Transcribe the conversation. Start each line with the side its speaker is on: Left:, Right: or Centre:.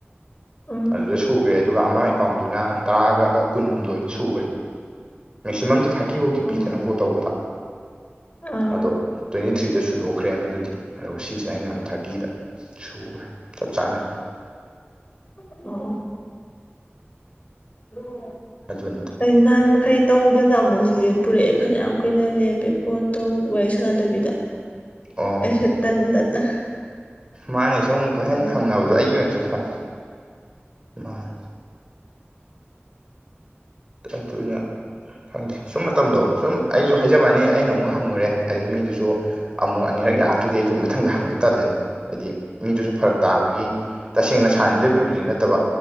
Left: ꯎꯝ
Right: ꯑꯗꯨꯗ ꯁꯨꯈ꯭ꯔꯦ ꯑꯗꯨꯒ ꯑꯃ ꯑꯦꯀꯥꯎꯟꯗꯨꯅ ꯇꯥꯔꯒꯥ ꯀꯨꯟ ꯍꯨꯝꯗꯣꯏ ꯁꯨꯒꯔꯦ ꯃꯦꯛꯁꯤꯃꯝꯗꯣ ꯊꯥꯔ ꯇꯤꯐꯧꯗꯤ
Left: ꯑꯣ
Right: ꯄꯤꯗꯅ ꯀꯣꯜ ꯇꯧꯕꯗꯣ
Left: ꯑꯥ
Right: ꯑꯗꯣ ꯇꯣꯏꯟꯇꯤ ꯊ꯭ꯔꯤꯗ ꯁꯨꯗꯣꯛꯈ꯭ꯔꯦ ꯑꯥꯃꯗꯨꯗꯤ ꯑꯗꯨꯒ ꯁꯤꯁꯤꯅꯥ ꯑꯩꯅ ꯊꯥꯔꯇꯤꯗ ꯁꯨꯈ꯭ꯔꯦ ꯆꯞ ꯆꯥꯅ
Left: ꯎꯝ ꯑꯣ <unintelligible>
Right: ꯑꯗꯨꯅꯤꯗ
Left: ꯑꯩ ꯅꯍꯥꯟ ꯃꯈꯩ ꯇꯧꯗꯅ ꯑꯃꯨꯛ ꯂꯦꯞꯄꯨꯔꯦ ꯐꯅꯌꯥꯝ ꯀꯨꯏꯅ ꯂꯦꯞꯄꯦ ꯐꯣꯟ ꯇꯧ ꯋꯥꯔꯤ ꯁꯥꯟꯅꯗꯕꯤꯗ
Right: ꯑꯣ
Left: ꯑꯩꯁꯨ ꯇꯟꯗꯅ
Right: ꯃꯥꯅꯦ ꯁꯣꯝ ꯀꯣꯏꯍꯡ
Left: ꯑꯗꯣ
Right: ꯍꯪꯅꯕꯗꯣ ꯑꯩꯒꯤ ꯑꯣꯏꯅꯁꯨ ꯃꯥꯅꯤ ꯑꯗꯨꯅ ꯈꯪꯗꯦ ꯁꯨꯝ ꯃꯇꯝꯗꯣ ꯁꯨꯝ ꯑꯩꯁꯨ ꯍꯥꯏꯖꯕꯅꯤ ꯑꯩꯅ ꯑꯃꯨꯛ ꯍꯪꯉꯨꯔꯦ ꯑꯗꯩ ꯃꯤꯗꯨꯁꯨ ꯑꯃꯨꯔꯛ ꯑꯅꯤꯔꯛ ꯌꯥꯔꯛꯇ꯭ꯔꯗꯤ ꯑꯩꯁꯨ ꯃꯊꯪꯗ ꯍꯪꯕ ꯇꯜꯂꯅꯤ ꯍꯥꯏꯗꯤ ꯃꯤꯗꯨꯁꯨ ꯐꯔꯛ ꯇꯥꯕꯒꯤ ꯇꯁꯦꯡꯅ ꯁꯥꯅꯤꯡꯗꯕꯩꯕꯨꯗꯤ ꯅꯠꯇꯕ